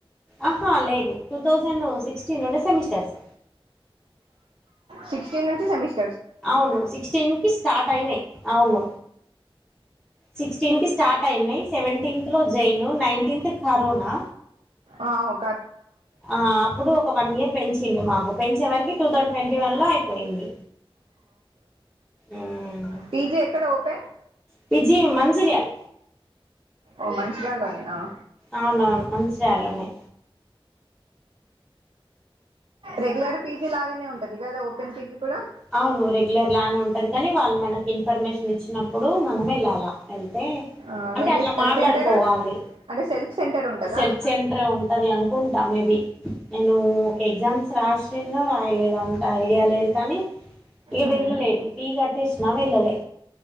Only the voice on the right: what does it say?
సిక్స్టీన్ నుంచి సెమిస్
ఆ ఓ
పీజీ ఎక్కడ ఓపెన్
ఓ మంచిర్యాలలోనేనా
రెగ్యులర్ పీజీ లాగానే ఉంటది కదా ఓపెన్ పీజీ కూడా
ఆ
వెళ్ళి
సెంటర్ అంటే సెల్ఫ్ సెంటర్ ఉంటదా
ఉమ్